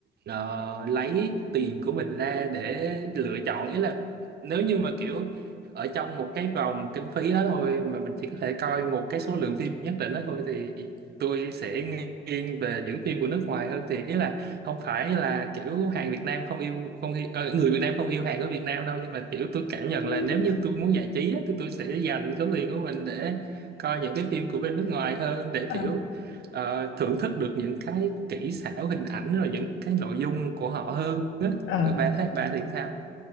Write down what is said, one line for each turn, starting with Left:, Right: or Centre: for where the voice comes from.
Right: ờ, lấy tiền của mình ra để lựa chọn ý là nếu như mà kiểu ở trong một cái vòng kinh phí đó thôi mà mình chỉ có thể coi một cái số lượng phim nhất định đó thôi thì tôi sẽ nghiêng về những phim của nước ngoài hơn thì ý là không phải là kiểu hàng Việt Nam không yêu không yêu, ờ, người Việt Nam không yêu hàng của Việt Nam đâu nhưng mà kiểu tôi cảm nhận
Left: Ừ,
Right: là nếu như tôi muốn giải trí á, thì tôi sẽ dành số tiền của mình để coi những cái phim của bên nước ngoài hơn để
Left: ờ,
Right: kiểu ờ, thưởng thức được những cái kỹ xảo hình ảnh rồi những cái nội dung của họ hơn á
Left: ờ.
Right: bà thấy bà thì sao